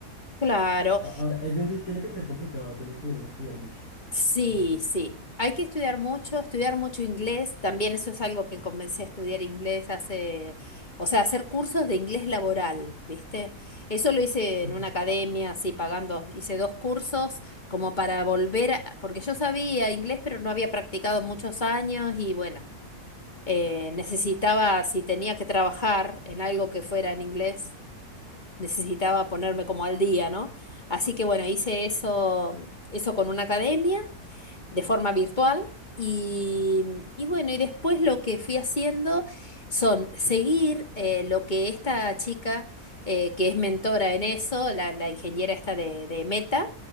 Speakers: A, on the left; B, on the left.
A: claro.
B: a- ahora, es bien, di- tiene que ser complicado, tiene que uno estudiar mucho,
A: Sí,
B: eso sí.
A: sí. Hay que estudiar mucho, estudiar mucho inglés. También eso es algo que comencé a estudiar inglés hace, o sea, hacer cursos de inglés laboral, ¿viste? Eso lo hice
B: Ujú,
A: en una academia, así pagando. Hice dos cursos como para volver, a- porque yo sabía inglés, pero no había practicado muchos años y bueno, eh, necesitaba, si tenía que trabajar en algo que fuera en inglés. necesitaba ponerme como al día, ¿no? Así que bueno, hice eso, eso con una academia de forma virtual y, y bueno, y después lo que fui haciendo son seguir eh, lo que esta chica, eh, que es mentora en eso, la, la ingeniera esta de, de Meta,